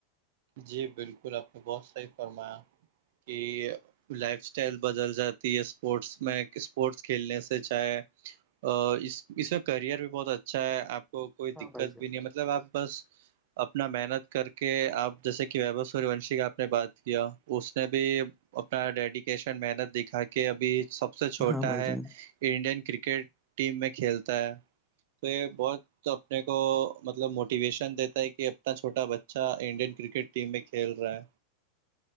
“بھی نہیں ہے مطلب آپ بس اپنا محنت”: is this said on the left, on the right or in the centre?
Right